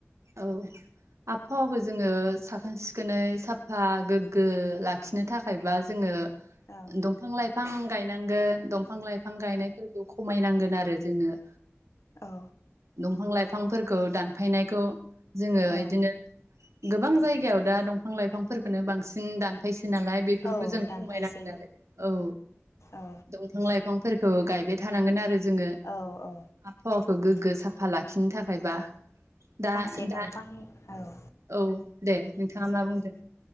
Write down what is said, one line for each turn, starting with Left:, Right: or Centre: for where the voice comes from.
Right: औ आबहावाखौ जोंङो साखोन सिखोनै साफा गोग्गो लाखिनो थाखायबा जोंङो
Left: औ
Right: दंफां लाइफां गाय नांगोन दंफ फां लाइफां गायनायफोरखौ खम खमायनांगोन आरो जोंङो
Left: औ
Right: दंफां लाइफांफोरखौ दानफायनायखौ जोंङो
Left: औ
Right: इदिनो गोबां जायगायाव दा दं फां लाइफांफोरखोनो बांसिन दानफायसो नालाय बेफोरखौ
Left: औ
Right: जों
Left: दानफायसै
Right: खमायनांगोन आरो औ
Left: औ
Right: दफां लाइफां फोरखौ गायबाय थानांगोन आरो जोंङो
Left: औ औ
Right: आफ खौ गोग्गो साफा लाखिनो थाख खायबा बा दा
Left: से दंफां
Right: दा
Left: औ
Right: औ दे नोंथाङा मा बुंदों